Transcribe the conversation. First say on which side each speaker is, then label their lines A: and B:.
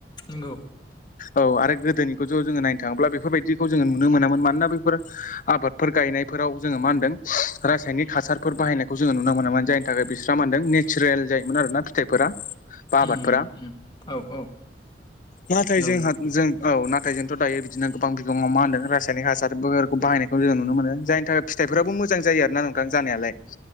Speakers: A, on the left; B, on the left.
A: नोंगौ
B: औ आरो गोदोनिखौ थ' जोङो नायनो थाङोब्ला बेफोरबायदिखौ जोङो नुनो मोनामोन मानोना बैफोर आबादफोर गायनायफोराव जोङो मा होनदों रासायनिक हासारफोर बाहायनायखौ जोङो नुनो मोनोमोन जायनि थाखाय बिस्रा मा होनदों ने सिरेल जायोमोन आरो ना फिथाइफोरा बा आबादफोरा
A: उम उम औ औ
B: नाथाय
A: नंगौ
B: जोंहा जों औ नाथाय जोंथ' दायो बिदिनो गोबां बिबाङाव मा होनदों रासायनिक हासार बोर बाहायनाय जों नुनो मोनो जायनि थाखाय फिथाइफोराबो मोजां जायो आरोना नोंथां जानायालाय